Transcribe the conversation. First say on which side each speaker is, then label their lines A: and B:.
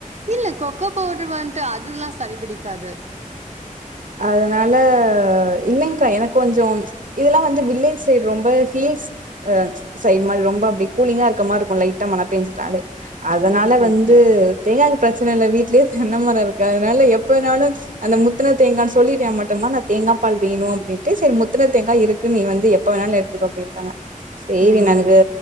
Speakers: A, on the right; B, on the right.
A: இல்ல கொக்கோ பவுடரு வந்துட்டு அதுல்லாம் சளி பிடிக்காது
B: அதனால இல்லைங்கா எனக்கு கொஞ்சம் இதெல்லாம் வந்து வில்லேஜ் சைடு ரொம்ப ஸீஸ் அ சரிமமாமாதிரி ரொம்ப அப்படி கூலிங்கா இருக்க மாதிரி இருக்கும் லைட்டா மழை பெஞ்சுட்டாலே அதனால
A: ஓகே
B: வந்து
A: ஓகே.
B: தேங்காய் பிரச்சனை இல்லை வீட்லயே தென்னை மரம் இருக்கு அதனால எப்பனாலும் அந்த முத்தனது தேங்கானு சொல்லிட்டேன் மட்டும்தான் நான் தேங்காய பால் வேணும் அப்பின்ட்டு சரி முத்தின தேங்காய் இருக்கு நீ வந்து எப்ப வேணாலும் எடுத்துக்க அப்படிடாங்க சேரி
A: ம்
B: நன்கு
A: ம்